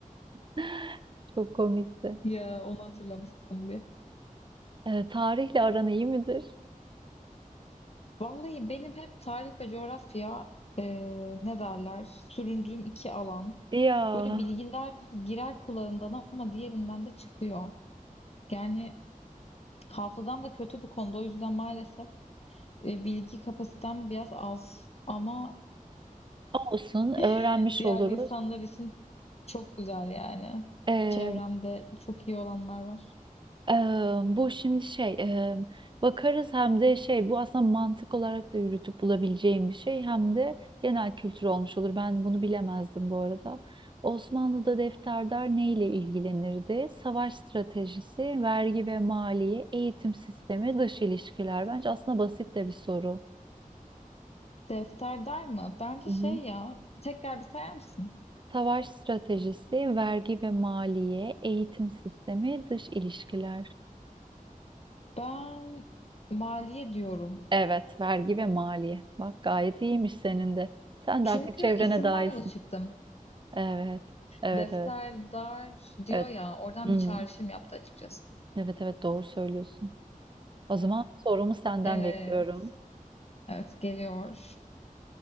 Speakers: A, on the right; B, on the left.
A: <laughs> Çok komikti.
B: Ya onu hatırlamışsın bir.
A: E, tarihle aran iyi midir?
B: Vallahi benim hep tarih ve coğrafya e, ne derler süründüğüm iki alan.
A: Ya
B: Böyle bilgiler girer kulağımdan ama diğerinden de çıkıyor. Yani hafızam da kötü bu konuda o yüzden maalesef e, bilgi kapasitem biraz az. Ama
A: olsun öğrenmiş
B: <laughs> diğer
A: oluruz.
B: insanlar için çok güzel yani.
A: E,
B: Çevremde çok iyi olanlar var.
A: Eee, bu şimdi şey eee, bakarız hem de şey bu aslında mantık olarak da yürütüp bulabileceğim bir şey hem de genel kültür olmuş olur. Ben bunu bilemezdim bu arada. Osmanlı'da defterdar neyle ilgilenirdi? Savaş stratejisi, vergi ve maliye, eğitim sistemi, dış ilişkiler. Bence aslında basit de bir soru.
B: Defter der mi? Bence
A: Hı hı.
B: şey ya tekrar bir sayar mısın?
A: Savaş stratejisi, vergi ve maliye, eğitim sistemi, dış ilişkiler.
B: Ben maliye diyorum.
A: Evet, vergi ve maliye. Bak gayet iyiymiş senin de. Sen
B: Çünkü
A: de artık çevrene
B: isimden
A: dahilsin.
B: yola çıktım.
A: Evet, evet,
B: Defterdar
A: evet,
B: diyor
A: evet.
B: ya, oradan
A: Hmm,
B: bir çağrışım yaptı açıkçası.
A: Evet, evet, doğru söylüyorsun. O zaman sorumu senden
B: Evet,
A: bekliyorum.
B: evet geliyor.